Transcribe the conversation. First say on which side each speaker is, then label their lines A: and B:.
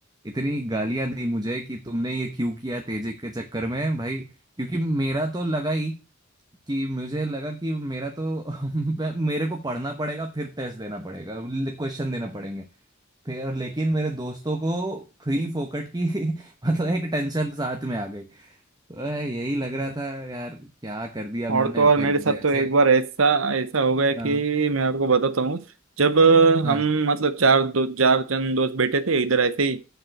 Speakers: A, on the right (about 20°); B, on the right (about 80°).
A: इतनी गालियां दी मुझे कि तुमने ये क्यों किया तेजिक के चक्कर में भाई क्योंकि मेरा तो लगा ही कि मुझे लगा कि मेरा तो <laughs> मेरे को पढ़ना पड़ेगा फिर टेस्ट देना पड़ेगा क्वेश्चन देना पड़ेंगे फिर लेकिन मेरे दोस्तों को फ्री फोकट की <laughs> मतलब एक टेंशन साथ में आ गई अरे यही लग रहा था यार क्या कर दिया
B: और
A: मैंने
B: तो और
A: फिर
B: मेरे साथ
A: जैसे
B: तो एक बार ऐसा ऐसा हो गया कि
A: हाँ
B: मैं आपको बताता हूँ जब
A: हाँ
B: हम मतलब चार दो चार जन दोस्त बैठे थे इधर ऐसे ही